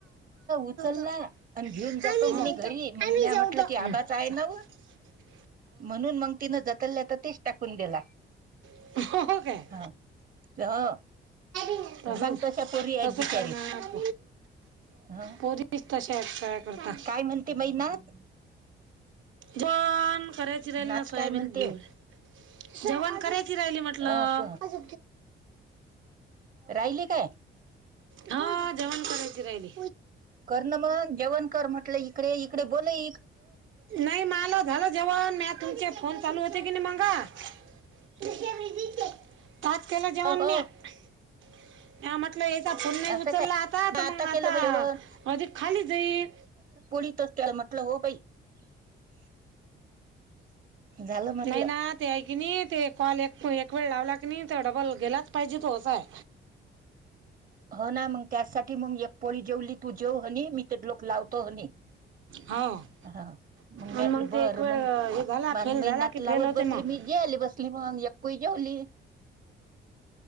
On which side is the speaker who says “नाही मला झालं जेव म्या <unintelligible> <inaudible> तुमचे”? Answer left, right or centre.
Right